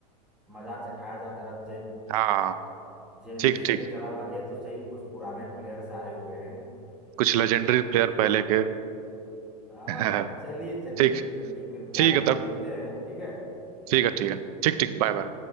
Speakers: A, in the centre; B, on the right.
A: मजा चखाया जाए जरा जैन
B: हाँ
A: जैन
B: ठीक
A: उसमें
B: ठीक
A: जरा लगे तो सही कुछ पुराने प्लेयर्स आए हुए हैं
B: कुछ लेजेंडरी प्लेयर पहले के
A: हाँ
B: <laughs>
A: चलिए चलिए
B: ठीक
A: चलिए फिर क्या
B: ठीक
A: कहते
B: है
A: हैं,
B: तब
A: मिलते हैं ठीक है ठीक
B: ठीक है ठीक
A: ठीक
B: है
A: है
B: ठीक
A: ठीक
B: ठीक बाय बाय